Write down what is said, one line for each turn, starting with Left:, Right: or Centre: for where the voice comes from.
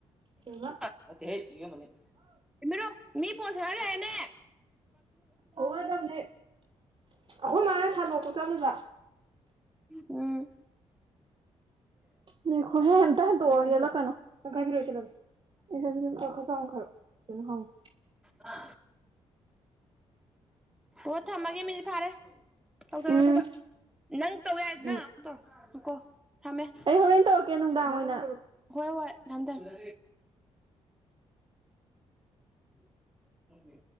Right: ꯀꯩ ꯍꯥꯏꯕꯥ
Centre: ꯅꯠꯇꯦ ꯍꯦ ꯌꯣꯏꯍꯦꯟꯕꯥ ꯒꯤꯅꯤ ꯊꯤꯟꯕꯤꯅꯨ ꯃꯤꯒꯤ ꯄꯣꯠ ꯁꯦꯒꯥꯏ ꯍꯜꯂꯦꯅꯦ
Right: ꯑꯣꯔꯗꯧꯅꯦ ꯑꯩꯈꯣꯏ ꯃꯥꯅ ꯁꯥꯟꯗꯣꯛꯄ ꯆꯠꯂꯤꯕ
Centre: ꯎꯝ
Right: ꯉꯥꯏꯈꯣ ꯍꯦ ꯑꯃꯇꯥ ꯍꯟꯗꯣꯛ ꯑꯣ ꯌꯦꯠꯂꯛꯀꯅꯨ ꯇꯥꯪꯈꯥꯏ ꯄꯤꯔꯛꯑꯣ ꯑꯩ ꯁꯦꯝꯕꯤꯔꯛꯀꯦ ꯈꯔ ꯆꯥꯎꯅ ꯈꯏꯔꯛꯑꯣ ꯑꯗꯨꯅ ꯍꯥꯎꯅꯤ
Centre: ꯃꯥ ꯑꯣ ꯊꯝꯃꯒꯦ ꯃꯤꯅꯠ ꯐꯥꯔꯦ ꯇꯧꯖꯔꯣ
Right: ꯎꯝ
Centre: ꯊꯕꯛ ꯅꯪ ꯇꯧꯌꯥꯔꯗꯤꯅ
Right: ꯑꯩ
Centre: ꯅꯪ ꯑꯃꯨꯛ ꯇꯧꯔꯛ ꯑꯣ ꯉꯥꯏꯈꯣ ꯊꯝꯃꯦ
Right: ꯍꯣꯔꯦꯟ ꯇꯧꯔꯛꯀꯦ ꯅꯨꯡꯗꯥꯡ ꯑꯣꯏꯅ
Centre: ꯍꯣꯏ ꯍꯣꯏ ꯊꯝ ꯊꯝꯃꯦ ꯎꯝ ꯈꯪꯗꯦ